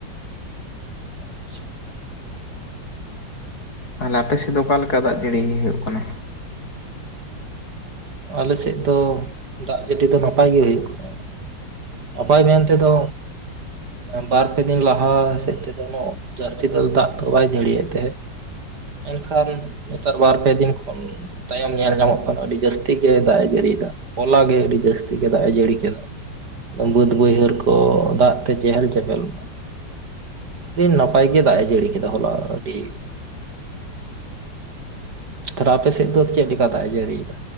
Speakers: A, on the right; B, on the left.
A: ᱟᱪᱪᱷᱟ᱾
B: ᱛᱟᱦᱚᱞᱮ ᱟᱯᱮ ᱥᱮᱫ ᱫᱚ ᱚᱠᱟ ᱞᱮᱠᱟ ᱫᱟᱜ ᱡᱟᱹᱲᱤ ᱦᱩᱭᱩᱜ ᱠᱟᱱᱟ᱾
A: ᱟᱞᱮ ᱥᱮᱫ ᱫᱚ ᱫᱟᱜ ᱡᱟᱹᱲᱤ ᱫᱚ ᱱᱟᱯᱟᱭ ᱜᱮ ᱦᱩᱭᱩᱜ ᱠᱟᱱᱟᱼᱟ᱾ ᱱᱟᱯᱟᱭ ᱢᱮᱱ ᱛᱮᱫᱚ ᱵᱟᱨ ᱯᱮ ᱫᱤᱱ ᱞᱟᱦᱟ ᱥᱮᱫ ᱛᱮᱫᱚ ᱩᱱᱟᱹᱜ ᱡᱟᱹᱥᱛᱤ ᱛ ᱫᱟᱜ ᱫᱚ ᱵᱟᱭ ᱡᱟᱹᱲᱤᱭᱮᱫ ᱛᱟᱦᱮᱸᱫ, ᱮᱱᱠᱷᱟᱱ ᱱᱮᱛᱟᱨ ᱵᱟᱨ ᱯᱮ ᱫᱤᱱ ᱠᱷᱚᱱ ᱛᱟᱭᱚᱢ ᱧᱮᱞ ᱧᱟᱢᱚᱜ ᱠᱟᱱᱟ ᱟᱹᱰᱤ ᱡᱟᱹᱥ ᱛᱤ ᱜᱮ ᱫᱟᱜ ᱡᱟᱹᱲᱤᱭᱫᱟ ᱦᱚᱞᱟ ᱜᱮ ᱟᱹᱰᱤ ᱡᱟᱹᱥᱛᱤ ᱜᱮ ᱫᱟᱭ ᱡᱟᱹᱲᱤ ᱠᱮᱫᱮᱫ᱾ ᱵᱟᱹᱫ ᱵᱟᱹᱭᱦᱟᱹᱲ ᱠᱚ ᱫᱟᱜ ᱛᱮ ᱪᱮᱦᱮᱞ ᱪᱮᱯᱮᱞ ᱱᱟ᱾ ᱟᱹᱰᱤ ᱱᱟᱯᱟᱭ ᱜᱮ ᱫᱟᱜ ᱮ ᱡᱟᱹᱲᱤ ᱠᱮᱫᱟ ᱦᱚᱞᱟ ᱟᱹᱰᱤ ᱛᱟᱦᱞᱮ ᱟᱯᱮ ᱥᱮ ᱫᱚ ᱪᱮᱫ ᱞᱮᱠᱟ ᱫᱟᱜ ᱮ ᱡᱟᱹᱲᱤᱭ ᱫᱟ?